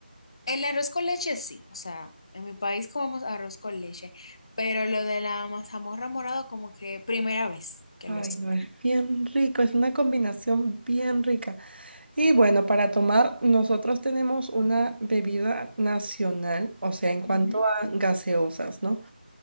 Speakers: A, on the left; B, on the right.
A: El arroz con leche sí, o sea, en mi país comemos arroz con leche, pero lo de la mazamorra morada como que primera vez que
B: Ay,
A: lo escucho.
B: no, es bien rico, es una combinación bien rica. Y bueno, para tomar, nosotros tenemos una bebida nacional, o sea, en cuanto
A: Ujú.
B: a gaseosas, ¿no?